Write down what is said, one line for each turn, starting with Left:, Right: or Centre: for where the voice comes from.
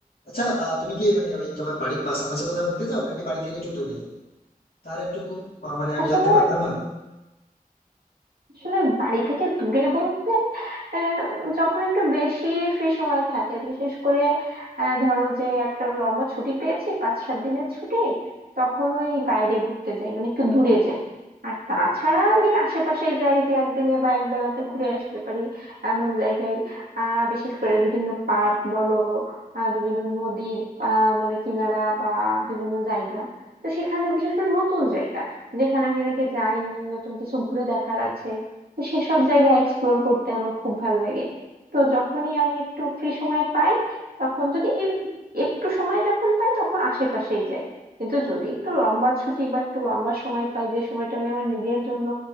Left: আচ্ছা আহ, তুমি কি মানে ওই তোমার বাড়ির পাশাপাশি কোথাও ঘুরতে যাও নাকি বাড়ি থেকে একটু দূরে তাহলে একটু আহ, মানে আমি
Right: আসলে
Left: জানতে পারতাম আর
Right: আসলে বাড়ি থেকে দূরে বলতে আহ, যখন একটু বেশি ফ্রি সময় থাকে বিশেষ করে আহ, ধরো যে একটা লম্বা ছুটি পেয়েছি পাঁচ সাত দিনের ছুটি তখন ওই বাইরে ঘুরতে যাই মানে একটু দূরে যাই আর তাছাড়া আমি আশেপাশে যাই যে একদিনে বা এক বেলাতে ঘুরে আসতে পারি এমন জায়গায় আহ বিশেষ করে বিভিন্ন পার্ক বলো আহ, বিভিন্ন নদীর আহ, মানে কিনারা বা বিভিন্ন জায়গা তো সেখানে বিশেষ করে নতুন জায়গা যেখানে আমি এর আগে যাইনি নতুন কিছু ঘুরে দেখার আছে তো সেসব জায়গা এক্সপ্লোর করতে আমার খুব ভালো লাগে তো যখনই আমি একটু ফ্রি সময় পাই তখন যদি এই- একটু সময় যখন পাই তখন আশেপাশেই যাই কিন্তু যদি একটু লম্বা ছুটি বা একটু লম্বা সময় পাই যে সময়টা আমি আমার নিজের জন্য